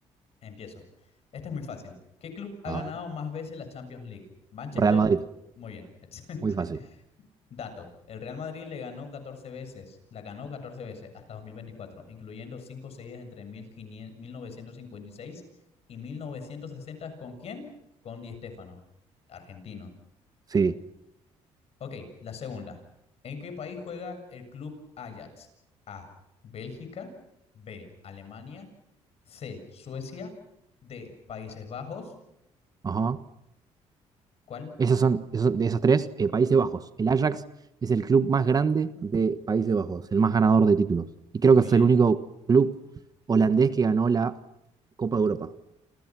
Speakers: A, on the left; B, on the right.
A: Empiezo. Esta es muy fácil. ¿Qué club ha
B: Ah,
A: ganado más veces la Champions League? Manchester.
B: Real Madrid.
A: Muy bien, <laughs> excelente.
B: Muy fácil.
A: Dato, el Real Madrid le ganó 14 veces, la ganó 14 veces hasta 2024, incluyendo cinco seguidas entre 1500 1956 y 1960. ¿Con quién? Con Di Stéfano, argentino.
B: Sí.
A: Ok, la segunda. ¿En qué país juega el club Ajax? A. Bélgica. B. Alemania. C. Suecia. D. Países Bajos.
B: Ajá.
A: ¿Cuál?
B: Esos son, esos- de esos tres, eh, Países Bajos. El Ajax es el club más grande de Países Bajos, el más ganador de títulos. Y creo
A: Muy
B: que
A: bien.
B: es el único club holandés que ganó la Copa de Europa.